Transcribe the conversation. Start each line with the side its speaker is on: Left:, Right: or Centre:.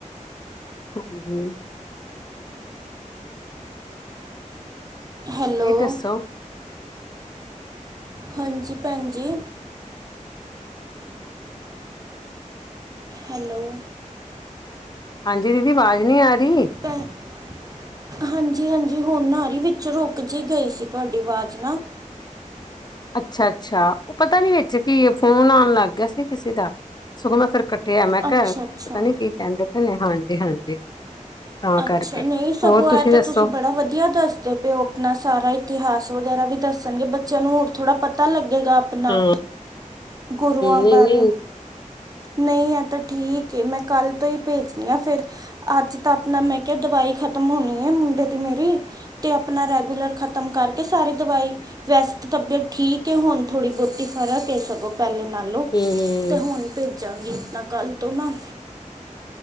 Left: <inaudible>
Right: ਹੈਲੋ।
Left: ਦੱਸੋ
Right: ਹਾਂਜੀ, ਭੈਣ ਜੀ। ਹੈਲੋ
Left: ਹਾਂਜੀ ਦੀਦੀ ਆਵਾਜ਼ ਨੀ ਆ ਰਹੀ।
Right: <unintelligible> ਹਾਂਜੀ -ਹਾਂਜੀ ਹੁਣ ਆ ਰਹੀ ਵਿੱਚ ਰੁਕ ਜ ਗਈ ਸੀ ਤੁਹਾਡੀ ਆਵਾਜ਼ ਨਾ।
Left: ਅੱਛਾ- ਅੱਛਾ ਉਹ ਪਤਾ ਨੀ ਵਿੱਚ ਕੀ ਫੋਨ ਆਉਣ ਲੱਗ ਗਿਆ ਸੀ ਕਿਸੇ ਦਾ, ਸਗੋਂ ਮੈਂ ਫਿਰ ਕੱਟਿਆ ਤੇ ਮੈਂ ਕਿਹਾ
Right: ਅੱਛਾ ਅੱਛਾ
Left: ਪਤਾ ਨੀ ਕੀ ਕਹਿੰਦੇ ਪਏ ਨੇ ਹਾਂਜੀ- ਹਾਂਜੀ। ਤਾਂ
Right: ਅੱਛਾ
Left: ਕਰਕੇ
Right: ਨਹੀਂ ਸਗੋਂ
Left: ਹੋਰ
Right: ਐ ਤਾਂ
Left: ਦੱਸੋ
Right: ਤੁਸੀਂ ਬੜਾ ਵਧੀਆ ਦੱਸ ਅਤੇ ਉਹ ਆਪਣਾ ਸਾਰਾ ਇਤਿਹਾਸ ਵਗੈਰਾ ਵੀ ਦੱਸਣਗੇ, ਬੱਚਿਆਂ ਨੂੰ ਹੋਰ ਥੋੜ੍ਹਾ ਪਤਾ ਲੱਗੇਗਾ। ਆਪਣਾ
Left: ਹਾਂ ਹਮ
Right: ਗੁਰੂਆਂ ਬਾਰੇ।
Left: ਨਹੀਂ ਨਹੀਂ
Right: ਨਹੀਂ ਆ ਤਾਂ ਠੀਕ ਏ, ਮੈਂ ਕੱਲ੍ਹ ਤੋਂ ਹੀ ਭੇਜਣੀ ਆ ਫਿਰ। ਅੱਜ ਤਾਂ ਆਪਣਾ ਮੈਂ ਕਿਹਾ ਦਵਾਈ ਖਤਮ ਹੋਣੀ ਹੈ, ਮੁੰਡੇ ਦੀ ਮੇਰੀ। ਅਤੇ ਆਪਣਾ ਰੈਗੂਲਰ ਖ਼ਤਮ ਕਰਕੇ ਸਾਰੀ ਦਵਾਈ ਵੈਸ ਤਬੀਅਤ ਠੀਕ ਹੈ ਹੁਣ ਥੋੜ੍ਹੀ ਬਹੁਤੀ, ਫਰਕ ਹੈ ਸਗੋਂ। ਪਹਿਲੇ ਨਾਲਓ
Left: ਹੂੰ-ਹੂੰ,
Right: ਤੇ ਹੁਣ ਭੇਜਾਂਗੀ ਇਨਾ ਕੱਲ ਤੋਂ ਨਾ